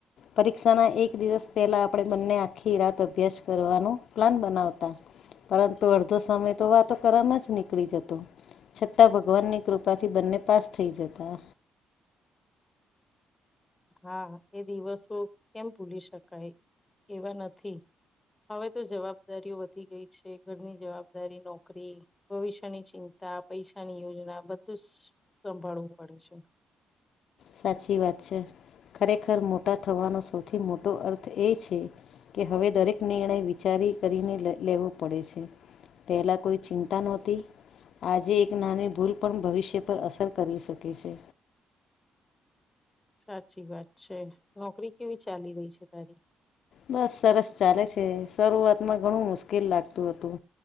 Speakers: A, on the left (about 70°); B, on the left (about 20°).
A: પરીક્ષાના એક દિવસ પહેલા આપણે બંને આખી રાત અભ્યાસ કરવાનો પ્લાન બનાવતા. પરંતુ અડધો સમય તો વાતો કરવામાં જ નીકળી જતો છતાં ભગવાનની કૃપાથી થી બંને પાસ થઈ જતા.
B: હા એ દિવસો કેમ ભૂલી શકાય એવા નથી. હવે, તો જવાબદારીઓ વધી ગઈ છે. ઘરની જવાબદારી નોકરી ભવિષ્યની ચિંતા, પૈસાની યોજના બધું જ સંભાળવું પડે છે.
A: સાચી વાત છે. ખરેખર મોટા થવાનો સૌથી મોટો અર્થ એ છે કે હવે, દરેક નિર્ણય વિચારી કરીને લેવો પડે છે. પહેલાં કોઈ ચિંતા નહોતી, આજે એક નાની ભૂલ પણ ભવિષ્ય પર અસર કરી શકે છે.
B: સાચી વાત છે. નોકરી કેવી ચાલી રહી છે તારી?
A: બસ, સરસ ચાલે છે. શરૂઆતમાં ઘણું મુશ્કેલ લાગતું હતું.